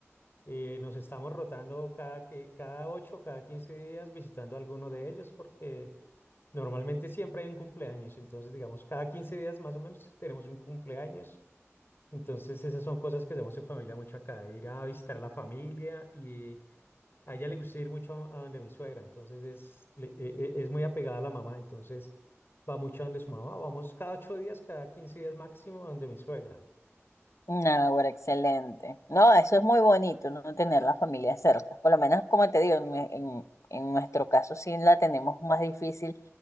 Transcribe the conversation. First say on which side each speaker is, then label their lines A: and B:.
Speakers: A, on the left (about 50°); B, on the left (about 80°).
A: eh, nos estamos rotando cada, que, cada ocho, cada quince días visitando a alguno de ellos porque... Normalmente siempre hay un cumpleaños, entonces digamos cada 15 días más o menos tenemos un cumpleaños entonces, esas son cosas que hacemos en familia mucho acá, ir a visitar a la familia y a ella le gusta ir mucho a donde mi suegra, entonces es, le- e- e- es muy apegada a la mamá, entonces va mucho a donde su mamá, vamos cada ocho días, cada quince días máximo a donde mi suegra.
B: No, bueno, excelente. No, eso es muy bonito, no tener la familia cerca. Por lo menos, como te digo, en, en- en nuestro caso sí la tenemos más difícil.